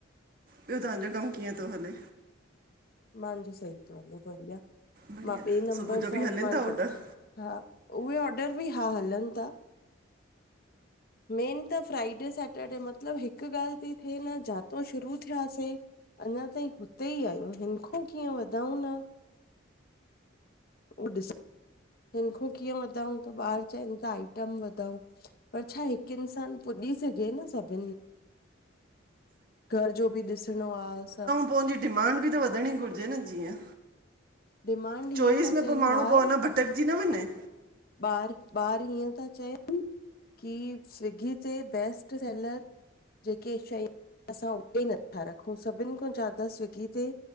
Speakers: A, on the right; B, on the left.
A: ॿियो तांजो कम कीअं तो हले?
B: मांजी सई थो हले बढ़िया,
A: बढ़िया
B: मां ॿे नंबर
A: सुबुह जो बि
B: सां
A: हलनि
B: मांजो
A: था ऑडर
B: हा, उहे ऑडर बि हा हलन ता मेन त फ्राइ डे से सैटर्ॾे मतलब हिक ॻाल्हि ती थे न, जातौं शुरू थ्यासे अञा ताईं हुते ई आयूं, हिन खो कीअं वधऊं न उह ॾिस, हिनखो कीअं वधऊं, त ॿार चएन था त आइटम वधाओ पर छा, हिक इंसान पुॼी सघे न सभ घर जो बि ॾिसणो आ सब
A: पो उंजी डिमांड बि त वधणी घुरजे न जीअं
B: डिमांड
A: चोइस
B: हीअं था
A: न,
B: चइनि
A: पो माण्हू
B: ॿार
A: पो अञा भटकजी न वञे?
B: ॿार, ॿार हीअं था चएन कि स्विगी ते बेस्ट सेलर जेके शयूं असां होॾे नथा रखूं, सभिन खां ज्यादा स्विगी ते